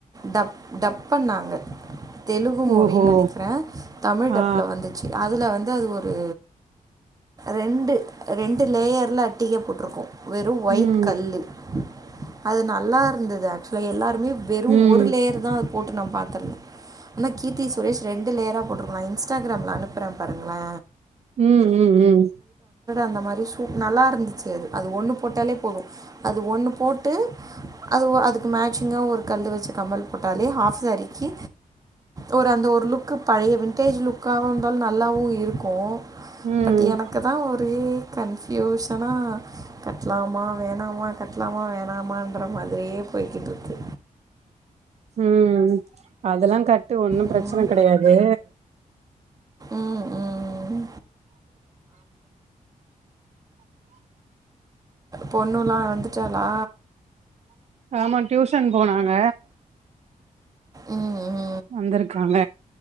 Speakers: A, on the right (about 25°); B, on the right (about 50°).
A: டப் டப்பன்னாங் க தெலுகு மூவின்
B: ஓஹோ
A: நெனைக்கிறே தமிழ் டப்ல
B: ஆ
A: வந்துச்சு அதுல வந் து அது ஒரு ரெண்டு ரெண்டு லேயர்ல அட்டிக போட்ருக்கு வெறு ஒயிட்
B: ம்
A: கல்லு அது நல்லா இருந்தது ஆக்சுலா எல்லாருமே வெறு
B: ம்
A: ஒரு லேயர்தா அது போட்டு நா பாத்தர ஆனா கீர்த்தி சுரேஷ் ரெண்டு லேயரா போட்டிருக்கலா இன்ஸ்டாகிராம்ல அனுப்றே பாருங்ளே
B: உம் உம் உம்
A: அந்த மாரி சூப் நல்லாருந்துச்சு அது அது ஒன்னு போட்டாலே போது அது ஒன்னு போட் டு அது ஒ அதுக்கு மேட்சிங்கா ஒரு கல்லு வச்ச கம்மல் போட்டாலே ஹாஃப் சேரிக்கி ஒரு அந்த ஒரு லுக்கு பழைய விண்ட்டேஜ் லுக்காவந்தாலு நல்லாவு இருக்கு
B: ம்
A: பட் எனக்குதா ஒரே கன்ஃபியூஷனா கட்லாமா வேணாமா கட்லாமா வேணாமான்ற மாதிரியே போய்கிட்ருக்கு
B: உம் அதுலா கட்டு ஒன்னு
A: ம்
B: பிரச்சன கெடையாது
A: ம் ம் பொண்ணுலா வந்துட்டாளா
B: ஆமா டியூஷன் போனாங்க
A: உம் உம்
B: வந்திருக்காங்க